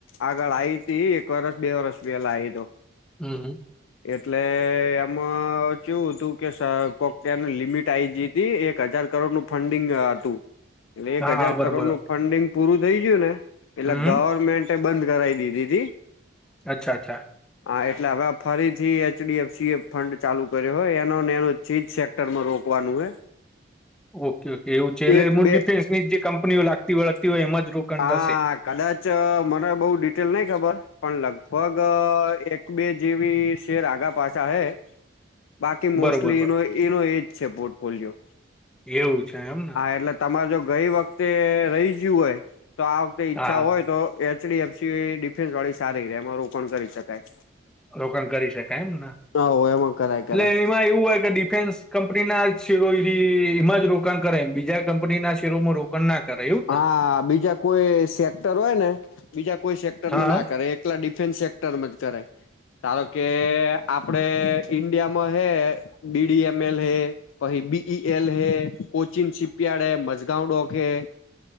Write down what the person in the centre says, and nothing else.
હમ હમ.
હા
બરોબર
હમ
અચ્છા અચ્છા
ઓકે ઓકે એવું છે એટલે
મું
ડિફેન્સની જ જે કંપનીઓ લાગતી વળગતી હોય એમાં જ રોકાણ
થશે
બરોબર બર
એવું છે એમ
હા
રોકાણ કરી શકાય એમને
એટલે એમાં એવું હોય કે ડિફેન્સ કંપનીના શેરો એમાં જ રોકાણ કરાયમ બીજા કંપની ના શેરોમાં ના કરે એવું જ ને
હા
હા